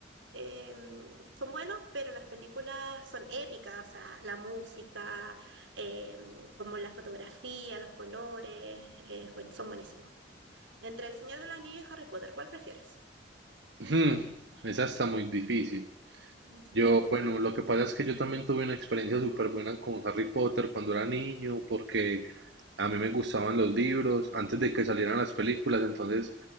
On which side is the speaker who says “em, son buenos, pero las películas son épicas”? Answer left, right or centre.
Right